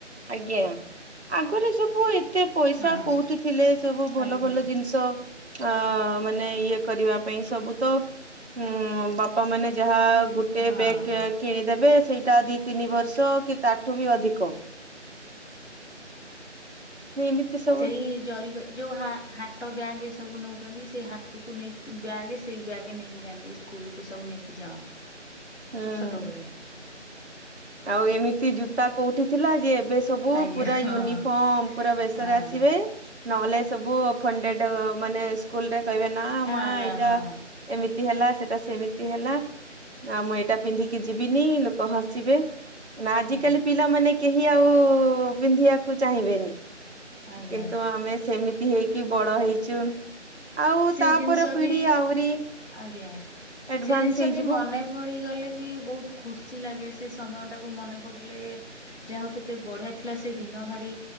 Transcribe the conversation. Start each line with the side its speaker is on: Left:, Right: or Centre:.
Right: ଆଜ୍ଞା ଆଗରେ ସବୁ ଏତେ ପଇସା
Left: ହଁ
Right: କୋଉଠି ଥିଲେ ସବୁ ଭଲ
Left: ଆଜ୍ଞା
Right: ଭଲ ଜିନିଷ ଅ ମାନେ ଇଏ କରିବା ପାଇଁ ସବୁ ତ ହୁଁ ବାପା ମାନେ ଯାହା ଗୋ ଟେ
Left: ହଁ
Right: ବେକେ କିଣି ଦେବେ ସେଇଟା ଦି ତିନି ବର୍ଷ କି ତାଠୁ ବି ଅଧିକ ନି ଇମିତି ସ
Left: ସେଇ ଜରି ପାଇ ଯୋଉ ହା ହା ଟ ବ୍ୟାଗେ ଏ ସବୁ ନଉଚନ୍ତି ସେଇ ହାଟୁକୁ ନେଇ ବ୍ୟାଗେ ସେଇ ବ୍ୟାଗେ ନେଇକି ଯାଆନ୍ତି ଇସ୍କୁଲକୁ ସବୁ ନେଇକି ଯାଉଁ।
Right: ହୁଁ।
Left: ଛୋଟବେଳେ।
Right: ଆଉ ଏମିତି ଜୁତା କଉଠି ଥିଲା ଯେ ଏବେ ସବୁ
Left: ଆଜ୍ଞା
Right: ପୁରା
Left: ହଁ
Right: ୟୁନିଫର୍ମ ପୁରା ବେଶରେ
Left: ହଁ
Right: ଆସିବେ। ନହେଲେ ସବୁ ମାନେ ଅଫଣ୍ଡେଡ ସ୍କୁଲରେ କହିବେ ନା ମା
Left: ଆଲା
Right: ଏଇଟା
Left: ହଁ
Right: ଏମିତି ହେଲା ସେଟା ସେମିତି ହେଲା ଆଉ ମୁଁ ଏଇଟା ପିନ୍ଧିକି ଯିବିନି ଲୋକ ହସିବେ। ନା ଆଜିିକାଲି
Left: ହଁ
Right: ପିଲାମାନେ କେହି ଆଉ ପିନ୍ଧିବାକୁ ଚାହିଁବେନି।
Left: ଆଜ୍ଞା
Right: କିନ୍ତୁ ଆମେ ସେମିତି ହେଇକି ବଡ ହେଇଛୁ। ଆଉ
Left: ସେ
Right: ତାପର
Left: ଜିନିଷ
Right: ପିଢି
Left: ବି
Right: ଆହୁରି
Left: ଆଜ୍ଞା
Right: ଆଡଭାନ୍ସ
Left: ସେ ଜିନିଷ
Right: ହେଇଯିବ
Left: ବି ମନେ ପଡି ଗଲେ ବି ବହୁତ ଖୁସି ଲାଗେ ସେ ସମୟ ଟାକୁ ମନେ ପକେଇଲେ ଯାହା ହଉ କେତେ ବଢ଼ିଆ ଥିଲା ସେ ଦିନ ଭାରି